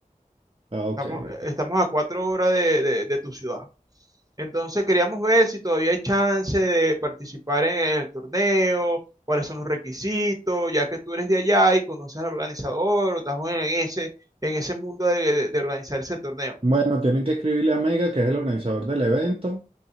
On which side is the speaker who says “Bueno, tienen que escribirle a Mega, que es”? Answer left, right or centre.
Right